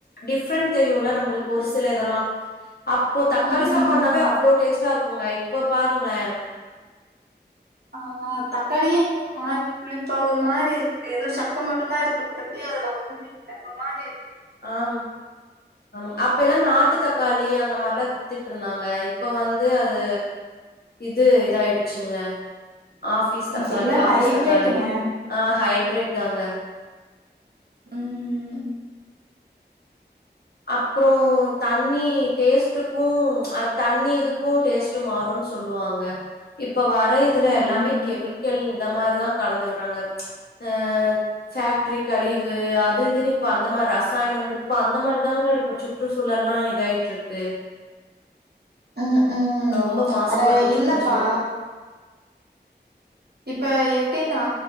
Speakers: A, on the left; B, on the right.
A: டிஃப்ரெண்ட் தெரியுல நம்புளுக்கு ஒரு சில இதெல்லா அப்போ தக்காளி
B: ம் ம்
A: சாப்பாட்னாவே அவ்ளோ டேஸ்ட்டா இருக்குங்க இப்ப பாருங்ளே
B: ஆ தக்காளியே இன்னவோ ஒரு மாரி புளிப்பா ஒரு மாரி இருக்கு ஏதோ சக் க மட்டுந்தா இருக்கு மத்தபடிய அதுல ஒண்ணுமே இல்ல ஒரு மாரி இருக்கு
A: ஆம் ஆமா அப்பய்லா நாட்டு தக்காளி அந்த மார்லா வித் திட்ருந்தாங்க இப்ப வந்து அது இது இதாயிடுச்சுங்க ஆபிஸ் தக்காளி
B: ம் எல்லா
A: ஆபிஸ்
B: ஹைப்ரேட்டுங்க
A: தக்காளி ஆ ஹைபிரேட் தாங்க
B: ம்
A: அப்றோ தண்ணி டேஸ்டுக்கு அத் தண்ணி இதுக்கு டேஸ்ட் டு மாறுன் சொல்லுவாங்க இப்ப வர இதுல
B: ஆமா
A: எல்லாமே கெமிக் க்கெள் இந்த மாரிதான் கலந்து விட்றாங்க அ ஃபேக்ட்ரி கழிவு அது இதுன்னு இப் இப்ப அந்த மாதிரி ரசாயனம் இந்த இப்ப அந்த மார் ரசாயனோங்குட் இப்ப அந்த மாரிதாங்க இப்ப சுற்றுசூழல்லா இதாயிட்ருக்கு
B: ம் ம்
A: அ ரொம்ப மாசுபடுது
B: அட
A: சுற்றுச்சூழல்
B: இல்லப்பா இப்ப எப்டின்னா